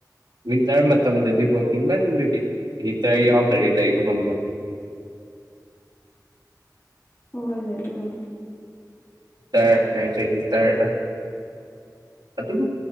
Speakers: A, on the right; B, on the left.
A: ꯋꯤꯟꯇꯔ ꯃꯇꯝꯗꯗꯤꯀꯣ ꯍꯤꯡꯃꯟꯕꯒꯤ ꯍꯇꯔ ꯌꯥꯎꯗꯗꯤ ꯂꯩꯕ ꯉꯝꯗꯕꯅꯤ
B: ꯍ ꯍꯣꯏꯅꯦ ꯑꯗꯨꯕꯨꯅꯦ
A: ꯇ ꯑꯦꯁ ꯇꯔꯠ ꯑꯗꯨꯝ